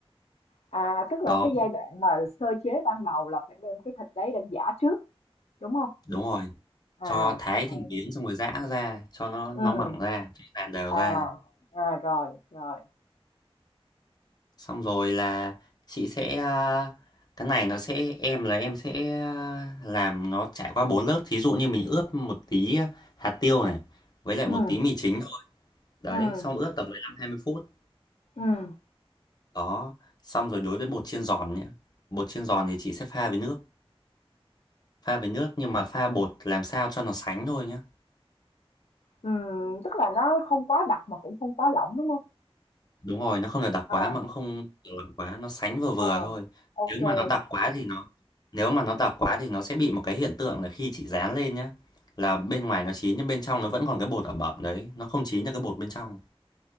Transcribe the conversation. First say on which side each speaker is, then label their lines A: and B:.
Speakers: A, on the left; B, on the left.
A: à, tức là
B: đó
A: cái giai đoạn mà sơ chế ban đầu là phải đem cái thịt đấy đem giã trước, đúng không?
B: đúng rồi
A: À,
B: cho thái
A: rồi,
B: thành miếng xong rồi giã nó ra cho nó
A: ừm,
B: nó mỏng ra cho nó dàn đều
A: à,
B: ra
A: à, rồi, rồi,
B: xong rồi là chị sẽ à, cái này nó sẽ em là em sẽ à, làm nó trải qua bốn lớp thí dụ như mình ướp một tí à, hạt tiêu này với lại
A: ừm,
B: một tí mì chính thôi đấy
A: ừm,
B: xong ướp tầm mười lăm hai mươi phút
A: ừm,
B: đó xong rồi đối với bột chiên giòn nhé bột chiên giòn thì chị sẽ pha với nước pha với nước nhưng mà pha bột làm sao cho nó sánh thôi nhé
A: ừm, tức là nó không quá đặc mà cũng không quá lỏng, đúng không?
B: đúng rồi nó không được đặc
A: À,
B: quá mà cũng không được lỏng quá nó sánh vừa vừa
A: ờ,
B: thôi
A: ô
B: nếu
A: kê,
B: mà nó đặc quá thì nó nếu mà nó đặc quá thì nó sẽ bị một cái hiện tượng là khi chị dán lên nhá là bên ngoài nó chín nhưng bên trong nó vẫn còn cái bột ẩm ẩm đấy nó không chín được cái bột bên trong